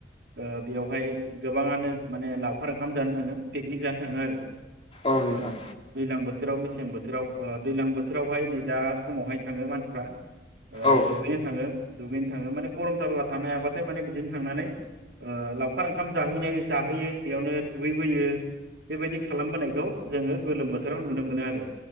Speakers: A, on the right (about 70°); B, on the left (about 35°).
A: ओ बेयावहाय गोबाङानो माने लाव खार ओंखाम जानो थाङो पिकनिक जानो थाङो आरो
B: औ
A: ओ
B: नोंथां
A: दैलां बोथो थोराव मेसें बोथोराव ओ दैलां बोथोरावहाय नै दा समावहाय थाङो मानसिफ्रा ओ
B: औ
A: दुगैनो थाङो दुगैनो थाङो माने गरमथारबा थानो हायाबाथाय माने बिदिनो थांनानै ओ लावखार ओंखाम जाहैनाय जाहैयो बेयावनो दुगैबोयो बेबायदि खालामबोनायखौ जोङो गोलोम बोथोराव नुनो मोनो आरो